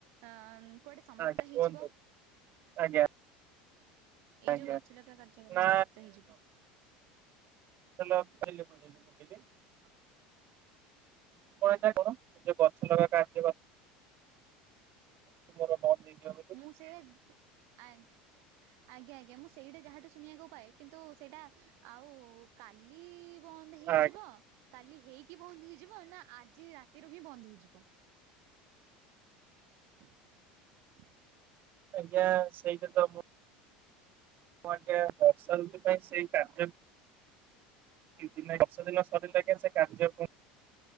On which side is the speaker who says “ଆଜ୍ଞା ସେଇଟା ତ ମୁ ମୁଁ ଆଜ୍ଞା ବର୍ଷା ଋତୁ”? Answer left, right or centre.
Right